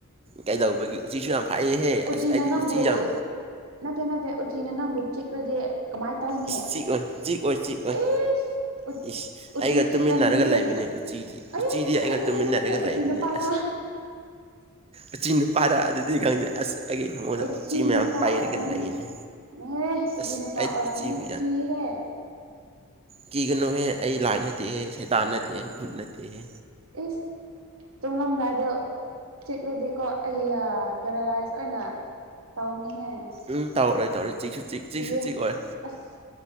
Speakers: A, on the right; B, on the right.
A: ꯀꯩꯗꯧꯕꯒꯤ ꯎꯆꯤꯁꯨ ꯌꯥꯝ ꯐꯥꯌꯦꯍꯦ
B: ꯎꯆꯤꯅ
A: ꯑꯁ ꯑꯩꯗꯤ
B: ꯅꯪꯕꯨ
A: ꯎꯆꯤ ꯌꯥꯝ
B: ꯅꯠꯇꯦ ꯅꯠꯇꯦ ꯎꯆꯤꯅ ꯅꯪꯕꯨ ꯆꯤꯛꯔꯗꯤ ꯀꯃꯥꯏꯅ ꯇꯧꯅꯤ
A: ꯏꯁ ꯆꯤꯛꯑꯣꯏ ꯆꯤꯛꯑꯣꯏ ꯆꯤꯛꯑꯣꯏ
B: ꯏꯁ
A: ꯏꯁ
B: ꯎꯆꯤ
A: ꯑꯩꯒ
B: ꯆꯤꯛ
A: ꯇꯨꯃꯤꯟꯅꯔꯒ
B: ꯀꯟꯕꯅꯦ꯫
A: ꯂꯩꯕꯅꯦ ꯎꯆꯤꯗꯤ
B: ꯑꯦ
A: ꯎꯆꯤꯗꯤ ꯑꯩꯒ
B: ꯑꯗꯨꯗꯤ
A: ꯇꯨꯃꯤꯟꯅꯔꯒ
B: ꯅꯪꯁꯦ ꯎꯆꯤ
A: ꯂꯩꯕꯅꯦ
B: ꯅꯨꯄꯥꯔꯥ?
A: ꯑꯁ
B: <unintelligible>
A: ꯎꯆꯤ ꯅꯨꯄꯥꯔ ꯑꯗꯨꯗꯤ ꯈꯪꯗꯦ ꯑꯁ꯫ ꯑꯩꯒꯤ ꯐꯃꯨꯡꯗ
B: ꯎꯆꯤ
A: ꯃꯌꯥꯝ
B: ꯅꯨꯄꯥ
A: ꯄꯩꯔꯒ
B: ꯑꯣꯏꯔꯝꯅꯤ
A: ꯂꯩꯅꯦ
B: ꯅꯪ ꯑꯦ ꯎꯆꯤ
A: ꯑꯁ
B: ꯅꯨꯄꯥ
A: ꯑꯩꯗꯤ
B: ꯑꯣꯏ ꯔꯝꯅꯤ
A: ꯎꯆꯤꯕꯨ
B: ꯀꯤꯌꯦ ꯍꯦ꯫
A: ꯀꯤꯒꯅꯣꯍꯦ ꯑꯩ ꯂꯥꯏ ꯅꯠꯇꯦꯍꯦ, ꯁꯩꯇꯥꯟ ꯅꯠꯇꯦꯍꯦ, ꯕꯨꯠ ꯅꯠꯇꯦꯍꯦ꯫
B: ꯏꯁ ꯇꯨꯝꯂꯝꯗꯥꯏꯗꯣ ꯆꯤꯛꯂꯗꯤꯀꯣ ꯑꯩꯌꯥ ꯄꯦꯔꯥꯂꯥꯏꯁ ꯑꯣꯏꯅ ꯇꯧꯅꯤꯍꯦ꯫
A: ꯎꯝ ꯇꯧꯔꯣꯏ ꯇꯧꯔꯣꯏ ꯆꯤꯛꯁꯨ ꯆꯤꯛ
B: ꯀꯤꯌꯦ
A: ꯆꯤꯛꯁꯨ ꯆꯤꯛ ꯑꯣꯏ
B: ꯑꯁ